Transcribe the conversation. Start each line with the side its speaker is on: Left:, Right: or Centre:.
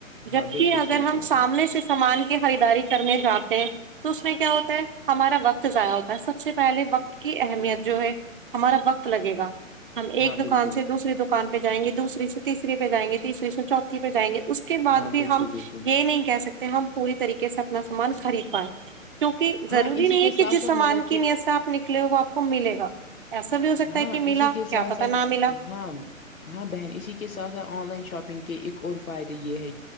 Left: ہاں
Right: جبک
Left: بالکل
Right: اگر
Left: صحیح
Right: ہم
Left: کہا آپ
Right: سامنے
Left: نے
Right: سے سامان کی خریداری کرنے جاتے ہیں تو اس میں کیا ہوتا ہے ہمارا وقت ضائع ہوتا ہے سب سے پہلے وقت کی اہمیت جو ہے ہمارا وقت لگے گا ہم ایک
Left: ہاں
Right: دکان
Left: بالکل
Right: سے دوسری دکان پہ جائیں گے دوسری سے تیسری پہ جائیں گے تیسری سے چوتھی پہ جائیں گے اس اس کے بعد
Left: ہاں
Right: بھی
Left: بالکل
Right: ہم
Left: بالکل
Right: یہ نہیں کہہ سکتے ہم پوری طریقے سے اپنا سامان خرید پائائے کیونکہ ضروری
Left: ہاں اسی
Right: نہیں
Left: کے
Right: ہے کہ
Left: ساتھ
Right: جس
Left: ساتھ
Right: سامان
Left: مطلب
Right: کی
Left: کہ
Right: نیت سے آپ نکلے ہو وہ آپ کو ملے گا ایسا بھی ہو سکتا
Left: ہاں
Right: ہے کہ ملا
Left: اسی کے ساتھ
Right: کیا پتا
Left: ساتھ
Right: نہ ملا
Left: ہاں ہاں بہن اسی کے ساتھ ساتھ آن لائن شاپنگ کے ایک اور فائدے یہ ہے